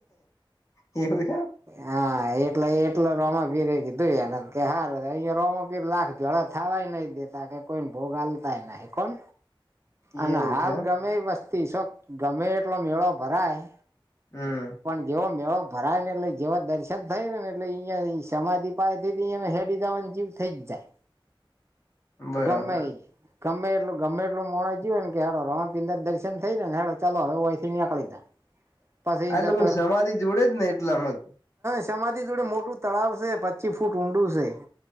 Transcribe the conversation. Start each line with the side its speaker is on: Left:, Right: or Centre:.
Left: એવું એમ
Right: હા એટલે એટલે રોમાપિરે. દુ એને કે સારું અહીયા રોમોપીર લાખ જળ થવાય નહી દેતા કે કોઈને ભોગ હાલતાય નહીં કોણ. અને
Left: એવું
Right: હાલ
Left: છે એમ
Right: ગમે વસ્તી શો ગમે એટલો મેળો ભરાય.
Left: હમ
Right: પણ જેવો મેળો ભરાય ને એટલે જેવા દર્શન થાય ને ને એટલે અયા સમાધિ પાય હેડી જવાની જીવ થઈ જ જાય
Left: <inaudible> બરાબર
Right: ગમે ઇ ગમે એટલું ગમે એટલ મોણ જ ગય હો ને કે હેડો રોમાપિરના દર્શન થઈ ને, હે ચાલો હવેય થી નીકળી જા પછી
Left: આટલે
Right: એ
Left: બોલ સમાધિ જોડે જ ને એટલામ જ
Right: સમાથી જોડે મોટું તળાવ છે, પચી ફૂટ ઊંડું છે.